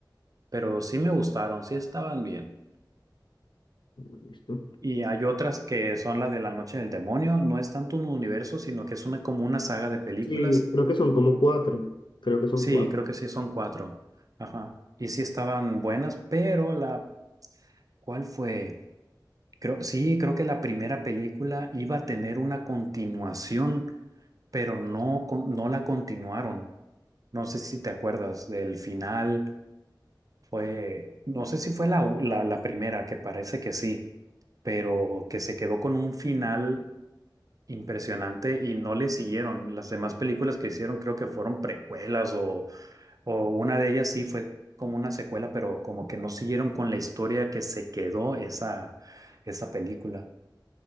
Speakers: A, on the right (about 50°); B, on the left (about 80°).
A: pero sí me gustaron, sí estaban bien.
B: <laughs> Listo.
A: Y hay otras que son las de La Noche del Demonio, no es tanto un universo, sino que es una, como una saga de películas
B: Sí, creo que son como cuatro. Creo que son
A: Sí,
B: cuatro.
A: creo que sí, son cuatro. Ajá. Y sí estaban buenas, pero la, ¿cuál fue? Creo, sí, creo que la primera película iba a tener una continuación, pero no, con- no la continuaron. No sé si te acuerdas del final, fue, no sé si fue la, u- la, la primera, que parece que sí, pero que se quedó con un final impresionante y no le siguieron. Las demás películas que hicieron creo que fueron precuelas O una de ellas sí fue como una secuela, pero como que no siguieron con la historia que se quedó esa, esa película.